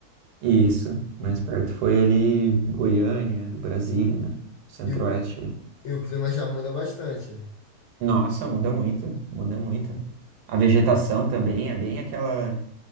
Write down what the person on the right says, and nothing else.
Isso, mais perto foi ali Goiânia, Brasília, né? Centro-Oeste
ali.
Nossa, muda muito, muda muito. A vegetação também é bem aquela,